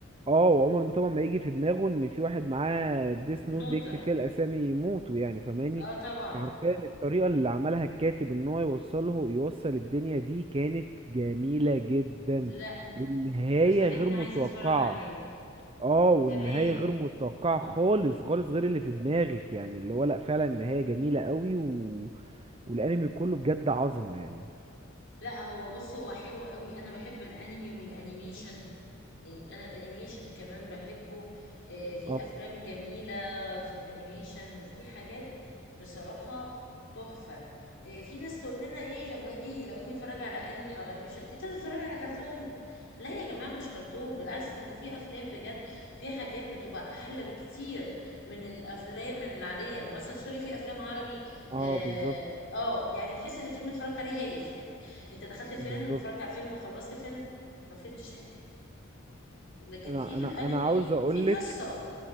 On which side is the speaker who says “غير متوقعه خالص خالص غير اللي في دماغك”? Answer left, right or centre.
Right